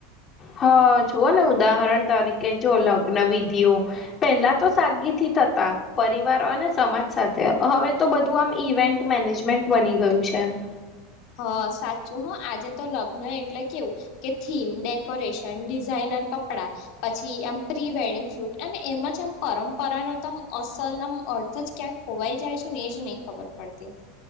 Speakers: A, on the left; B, on the left.
A: હા જુઓ ને ઉદાહરણ તરીકે જો લગ્ન વિધિઓ પેલા તો સાદગીથી થતા પરિવાર અને સમાજ સાથે હવે તો બધું આમ ઇવેન્ટ મેનેજમેન્ટ બની ગયું છે. છે
B: હ સાચું હ આજે તો લગ્ન એટલે કેવું કે થીમ ડેકોરેશન ડિઝઇન પછી એ પ્રી વેડિંગ શૂટ અને એમાં જ એમ પરંપરા નમ અસલ અર્થ જ ક્યાંક ખોવાઈ જાય છે ને એ જ નહી ખબર પડતી